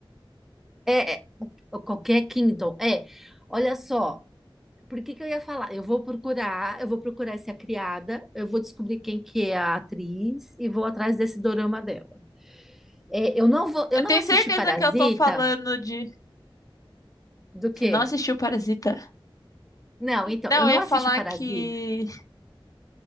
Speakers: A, in the centre; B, on the left.
A: É, é, qualquer Kingdom. É, olha só. Por que que eu ia falar? Eu vou procurar, eu vou procurar essa criada, eu vou descobrir quem que é a atriz e vou atrás desse dorama dela. É, eu não vou, eu
B: Eu
A: não
B: tenho
A: assisti
B: certeza
A: Parasita
B: que eu tô falando de.
A: do quê?
B: Você não assistiu Parasita?
A: Não, então,
B: Não,
A: eu não
B: eu ia
A: assisti
B: falar
A: Parasita.
B: que